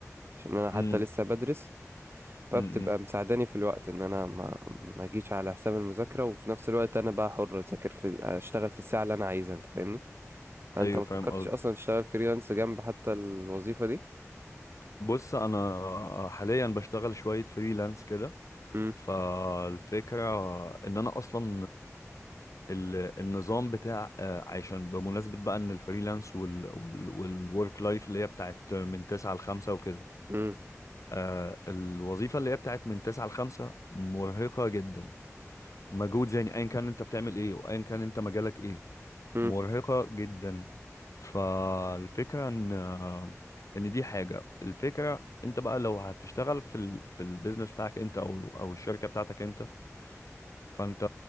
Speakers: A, on the right (about 45°); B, on the left (about 75°).
A: عشان انا حتى
B: امم
A: لسه بدرس فبتبقى
B: امم إمم.
A: مساعداني في الوقت ان انا ما ما اجيش على حساب المذاكرة وفي نفس الوقت انا بقى حر اذاكر في اشتغل في الساعة اللي انا عايزها انت فاهمني فانت
B: ايوه
A: ما
B: فاهم
A: فكرتش
B: قصدي
A: اصلا تشتغل فريلانس جنب حتى الوظيفة دي
B: بص انا حاليا بشتغل شوية فريلانس كده
A: امم
B: فالفكرة ان انا اصلا ال- النظام بتاع آه، عشان بمناسبة بقى ان الفريلانس وال وال والورك لايف اللي هي بتاعت من تسعة لخمسة وكده
A: امم
B: آه، الوظيفة اللي هي بتاعت من تسعة لخمسة مرهقة جدا مجهود يعني ايا كان انت بتعمل ايه وايا كان انت مجالك ايه
A: امم.
B: مرهقة جدا فالفكرة ان آه، ان دي حاجة الفكرة انت بقى لو هتشتغل في ال في البيزنس بتاعك انت او او الشركة بتاعتك انت فانت